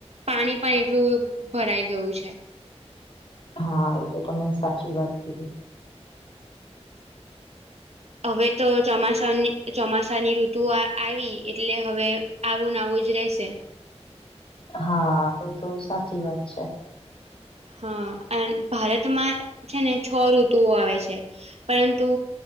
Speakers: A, on the right (about 70°); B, on the left (about 50°).
A: પાણી પણ એટલું ભરાઈ ગયું છે.
B: હા, એ તો તમે સાચી વાત કીધી
A: હવે તો ચોમાસાની ચોમાસાની ઋતુ આવી એટલે હવે આવું આવું જ રહેશે
B: હા એ તો સાચી વાત છે.
A: હા ભારતમાં છે ને છ ઋતુઓ આવે છે પરંતુ